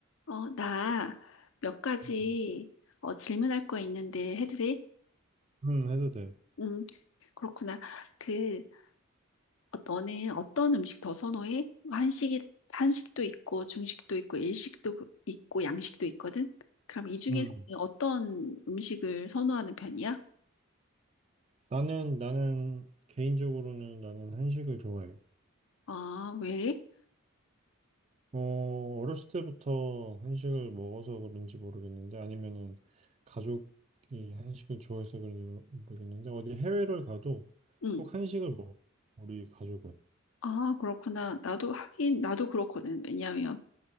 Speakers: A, on the left; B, on the right.
A: 어, 나 몇 가지
B: 음,
A: 어, 질문할 거 있는데 해도 돼?
B: 음, 해도 돼.
A: 음, 그렇구나. 그, 어, 너는 어떤 음식 더 선호해? 한식이, 한식도 있고, 중식도 있고, 일식도 그- 있고, 양식도 있거든? 그럼 이 중에서
B: 음.
A: 어떤 음식을 선호하는 편이야?
B: 나는, 나는, 개인적으로는 나는 한식을 좋아해.
A: 아, 왜?
B: 어, 어렸을 때부터 한식을 먹어서 그런지 모르겠는데, 아니면은 가족이 한식을 좋아해서 그런지 모르- 모르겠는데, 어디 해외를 가도
A: 응.
B: 꼭 한식을 먹어. 우리 가족은.
A: 아, 그렇구나. 나도 하긴, 나도 그렇거든. 왜냐하면